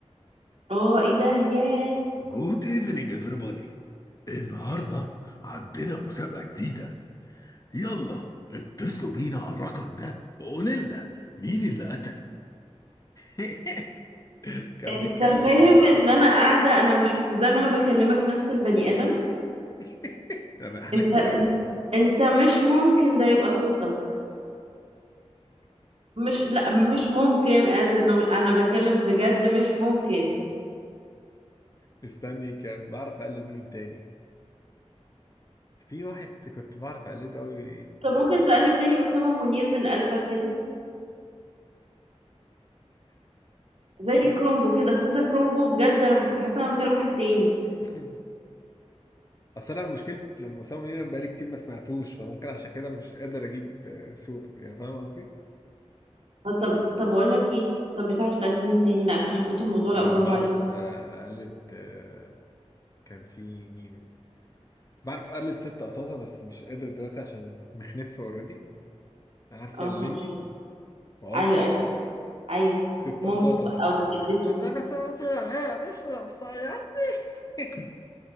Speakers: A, on the right; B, on the left.
A: اه ايه ده ياه
B: جود ايفنينج everybody النهارده عندنا مسابقة جديدة يلا اتصلوا بينا على الرقم ده وقولوا لنا مين اللي قتل <laughs> كان
A: انت
B: بيتكلم
A: فاهم
B: كده
A: ان انا قاعده انا مش مصدقه ان انا بكلمك نفس البني ادم
B: <laughs> انا احنا
A: انت
B: كتير
A: انت مش ممكن ده يبقى صوتك مش لا مش ممكن از انه انا بتكلم بجد مش ممكن
B: مستني كان بعرف اقلد مين تاني في واحد كنت بعرف اقلده قوي
A: انت ممكن تقلد تاني اسامه منير من قلبك كده زي كرومبو كده اصل انت كرومبو بجد انا كنت حاسه انا بكلم واحد تاني
B: <coughs> اصل انا مشكله مصمم لينا بقالي كتير ما سمعتوش فممكن عشان كده مش قادر اجيب آه، صوته يعني فاهم قصدي
A: طب طب طب بقول لك ايه طب بتعرف تقلد مين تاني لا انا حبيت الموضوع
B: انا
A: لا برافو
B: بعرف
A: عليك
B: آه، اقلد آه، كان في مين بعرف اقلد ست قطاطه بس مش قادر دلوقتي عشان مخنف اوريدي عارفه
A: اه
B: الليمبي
A: فاهمة.
B: وعوكل
A: ايوه ايوه ايوه
B: ست
A: مامته
B: قطاطه
A: بقى او جدته
B: انما مثلا هي مش نفسية <laughs>